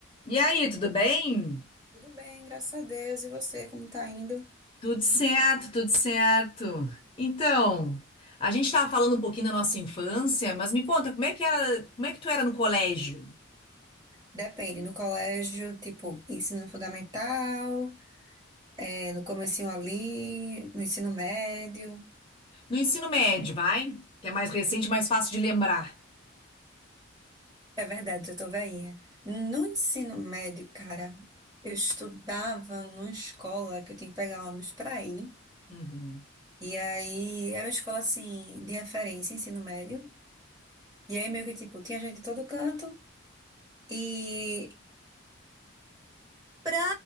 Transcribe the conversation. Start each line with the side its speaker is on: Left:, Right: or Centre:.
Left: E aí, tudo bem?
Right: Tudo bem, graças a Deus. E você, como tá indo?
Left: Tudo certo, tudo certo. Então, a gente estava falando um pouquinho da nossa infância, mas me conta, como é que era, como é que tu era no colégio?
Right: Depende, no colégio, tipo, ensino fundamental, é, no comecinho ali, no ensino médio.
Left: No ensino médio, vai? Que é mais recente, mais fácil de lembrar.
Right: É verdade, eu tô velhinha. No ensino médio, cara, eu estudava numa escola que eu tinha que pegar ônibus pra ir.
Left: Uhum.
Right: E aí, era uma escola, assim, de referência, ensino médio. E aí, meio que, tipo, tinha gente de todo canto. E Para